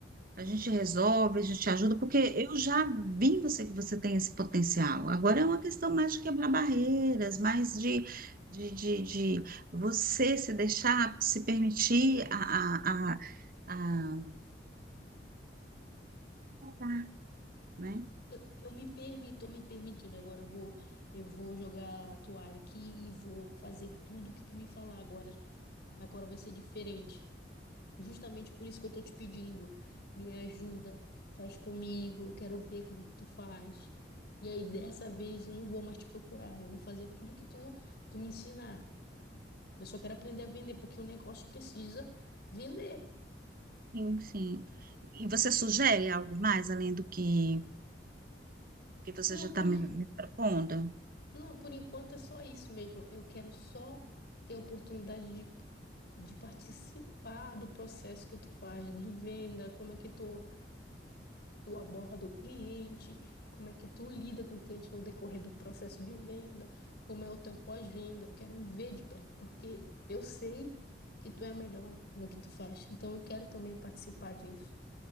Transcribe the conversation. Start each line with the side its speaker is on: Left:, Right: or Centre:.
Right: A gente resolve, a gente ajuda, porque eu já vi em você que você tem esse potencial. Agora é uma questão mais de quebrar barreiras, mais de, de, de, de você se deixar, se permitir a, a, a, a... Tá, né?
Left: Eu, eu me permito, tô me permitindo agora, eu vou, eu vou jogar a toalha aqui e vou fazer tudo que tu me falar agora. Agora vai ser diferente. Justamente por isso que eu tô te pedindo, me ajuda, faz comigo, quero ver como tu faz. E aí dessa vez eu não vou mais te procurar, eu vou fazer tudo que tu tu me ensinar. Eu só quero aprender a vender porque o negócio precisa vender.
Right: Sim, sim. E você sugere algo mais além do que, que você
Left: Não,
Right: já
Left: por
Right: está me,
Left: en-
Right: me propondo?
Left: não, por enquanto é só isso mesmo. Eu quero só ter a oportunidade de de participar do processo que tu faz de venda, como é que tu tu aborda o cliente, como é que tu lida com o cliente no decorrer do processo de venda, como é o teu pós-venda. Eu quero ver de perto, porque eu sei que tu é a melhor no que tu faz. Então eu quero também participar disso.